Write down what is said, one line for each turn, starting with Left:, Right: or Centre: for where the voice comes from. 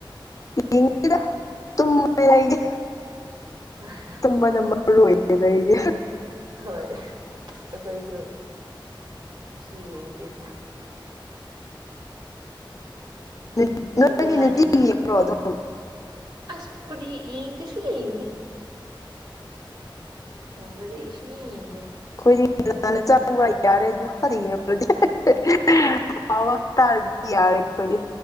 Left: ꯌꯦꯡꯗꯦꯗ ꯇꯨꯝꯃꯒ ꯂꯩꯒꯦ
Right: <unintelligible>
Left: ꯇꯨꯝꯕꯅ ꯃꯥꯔꯨ ꯑꯣꯏꯕꯅꯤꯗ ꯑꯩꯗꯤ
Right: ꯍꯣꯏ ꯑꯩꯈꯣꯏꯁꯨ ꯉꯁꯤ ꯌꯦꯡꯗꯦꯗ
Left: <unintelligible>
Right: <unintelligible>
Left: ꯅꯨꯡꯇꯤꯒꯤ ꯌꯦꯡꯕ꯭ꯔꯣ ꯑꯗꯨꯝ
Right: ꯑꯁ ꯈꯨꯗꯤ ꯌꯦ ꯌꯦꯡꯗꯦ ꯁꯨꯡꯌꯦꯡ ꯌꯦꯡꯗꯦ ꯇꯧꯕꯗꯩ ꯑꯩ ꯁꯨꯌꯦꯡ ꯌꯦꯡꯗꯥꯔꯤ
Left: ꯑꯩꯈꯣꯏꯗꯤ ꯅꯍꯥꯟꯅ ꯆꯪꯕ ꯌꯥꯔꯦ <unintelligible> <unintelligible> ꯇꯥꯔꯗꯤ ꯌꯥꯔꯦ ꯑꯈꯣꯏꯗꯤ